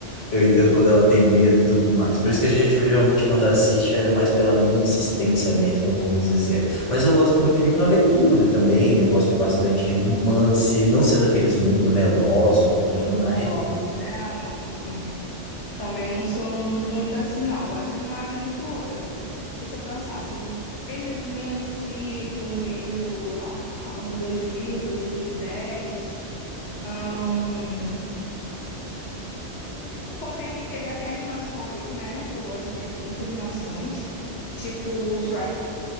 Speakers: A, on the left (about 85°); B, on the left (about 70°).
A: Eu entendo quando ela tem medo e tudo mais. Por isso que a gente geralmente, quando assiste, é mais pela minha insistência mesmo, vamos dizer. Mas eu gosto muito de uma aventura também, eu gosto bastante de um romance, não sendo aqueles muito melosos e tudo
B: Velozes,
A: mais. <laughs>
B: né? Não. Também não sou muito assim, não. Gosto de uma aventura. Deixa eu pensar, assim, eles meio antigo, meio ah, ano 2000, 2010. Ahn, pô, tem, teria até animações, né? Que eu gosto de muitas animações, tipo Shrek.